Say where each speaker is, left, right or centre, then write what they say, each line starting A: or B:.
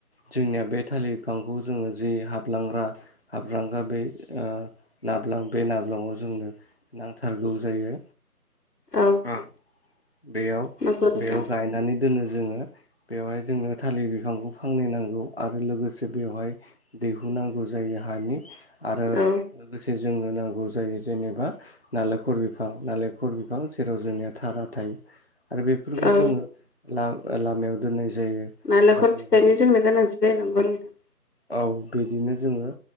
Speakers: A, on the left; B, on the left.
A: जोंनिया बे थालिर बिफांखौ जोङो जि हाबलांग्रा हाब्रांगा बे ओ नाब्लां बे नाब्लङाव जोंनो नांथारगौ जायो
B: औ
A: ओ बेयाव-बेयाव
B: नंगौ नोंथां
A: गाय नानै दोनो जोङो। बेवहाय जोंनो थालिर बिफांखौ फाननै नांगौ आरो लोगोसे बेवहाय दैहुनांगौ जायो हानि आरो।
B: औ
A: लोगोसे जोंनो नांगौ जायो जेनेबा नालेंखर बिफां नालेंखर फां जेराव जोंनिया थारा थायो। आरो बेफोरखौ
B: औ
A: जोङो लामायाव दोननाय जायो।
B: नालेंखर
A: आरो बेयाव
B: फिथाइनि जोंनो गोनांथि जायो नंगौ नोंथां।
A: औ बिदिनो जोङो